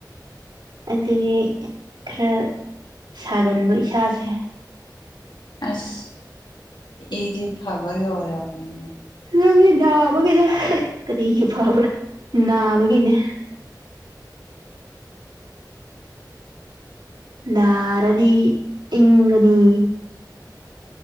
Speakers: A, on the right; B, on the left.
A: ꯑꯗꯒꯤ ꯈꯔ ꯁꯥꯒꯟꯕ ꯏꯁꯥꯁꯦ
B: ꯑꯁ ꯏꯗꯤ ꯐꯕꯒꯤ ꯑꯣꯏꯔꯝꯕꯅꯤꯅꯦ
A: ꯅꯪꯒꯤ ꯅꯥꯕꯒꯤꯅꯦ ꯀꯔꯤꯒꯤ ꯐꯕ꯭ꯔꯥ ꯅꯥꯕꯒꯤꯅꯦ ꯅꯥꯔꯗꯤ ꯏꯪꯒꯥꯅꯤ